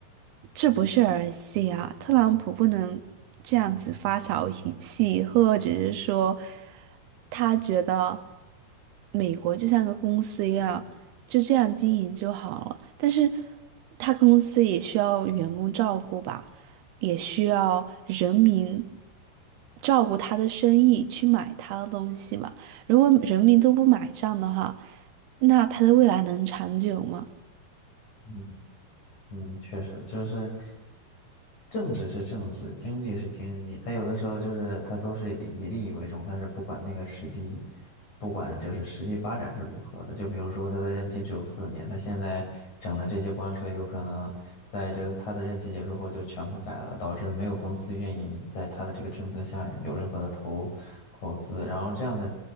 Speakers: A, on the right; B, on the left.
A: 这不是儿戏啊，特朗普不能这样子发小脾气，或者是说他觉得美国就像个公司一样，就这样经营就好了。但是他公司也需要员工照顾吧，也需要人民。照顾他的生意，去买他的东西嘛。如果人民都不买账的话，那他的未来能长久吗？
B: 嗯。嗯，确实就是政治是政治，经济是经济，它有的时候就是它都是以利益为重，它是不管那个实际，不管就是实际发展是如何的。就比如说他的任期只有四年，他现在整的这些关税有可能在这个他的任期结束后就全部改了，导致没有公司愿意在他的这个政策下有任何的投投资，然后这样的